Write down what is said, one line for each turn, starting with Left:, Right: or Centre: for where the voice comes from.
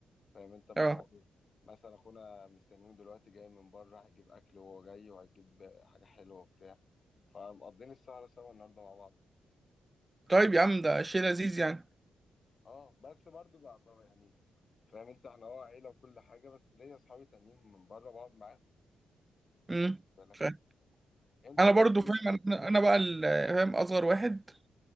Left: فاهم انت بنقعد
Right: اه
Left: مثلا اخونا مستنينه دلوقتي جاي من بره هيجيب اكل وهو جاي وهيجيب حاجه حلوه وبتاع فمقضين السهره سوا النهارده مع بعض
Right: طيب يا عم ده شيء لذيذ يعني
Left: اه بس برضو بقى بقى يعني فاهم انت احنا اه عيله وكل حاجه بس ليا اصحابي تانيين من بره بقعد معاهم
Right: امم
Left: واخد بالك
Right: فاهم.
Left: انت
Right: انا
Left: ايه
Right: برضو
Left: الدنيا
Right: فاهم انا أنا بقى ال- فاهم اصغر واحد